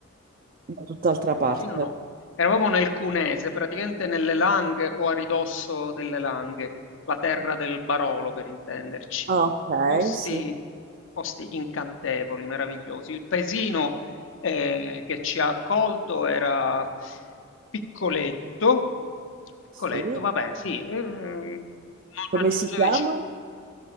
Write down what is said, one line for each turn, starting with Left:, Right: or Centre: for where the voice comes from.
Right: da tutt'altra
Left: Proprio
Right: parte?
Left: Torino no. Eravamo nel Cunese, praticamente nelle Langhe o a ridosso delle Langhe, la terra del Barolo per intenderci.
Right: Ah, ok,
Left: Posti,
Right: sì,
Left: posti incantevoli, meravigliosi. Il paesino eh, che ci ha accolto era piccoletto, piccoletto,
Right: sì.
Left: va bene, sì, ehm, non
Right: Come
Left: raggiungeva
Right: si chiama?
Left: i 5,